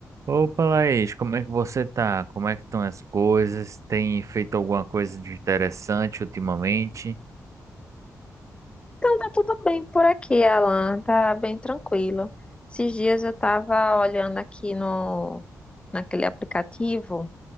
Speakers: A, on the right; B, on the left.
A: Opa, Laís, como é que você tá? Como é que estão as coisas? Tem feito alguma coisa de interessante ultimamente?
B: Então, tá tudo bem por aqui, Alan. Tá bem tranquilo. Esses dias eu tava olhando aqui no, naquele aplicativo,